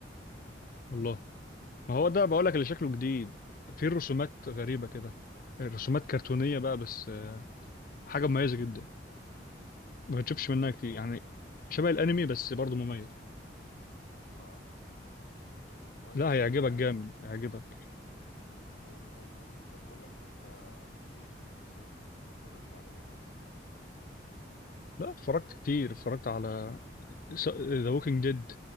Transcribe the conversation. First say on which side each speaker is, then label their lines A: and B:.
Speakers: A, on the left; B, on the left.
A: والله ما هو ده بقول لك اللي شكله جديد فيه رسومات غريبة كده رسومات كرتونية بقى بس حاجة مميزة جدا
B: مم.
A: ما بتشوفش منها كتير يعني شبه الانمي بس برضه مميز
B: آه طب كويس
A: لا هيعجبك
B: يا عم
A: جامد هيعجبك
B: حلو حلو طب بقول لك إيه أنت في إيه في المسلسلات ممكن تكون اتفرجت عليها طيب؟
A: لا اتفرجت كتير اتفرجت على ذا ووكينج ديد